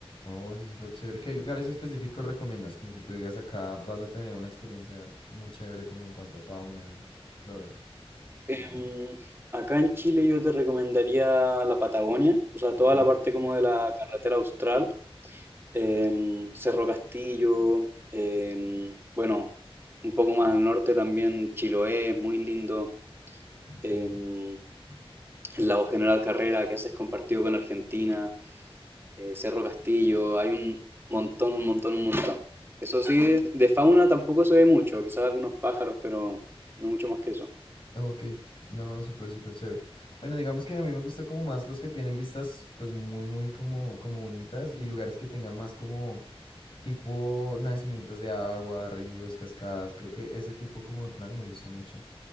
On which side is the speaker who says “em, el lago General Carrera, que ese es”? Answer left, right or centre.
Right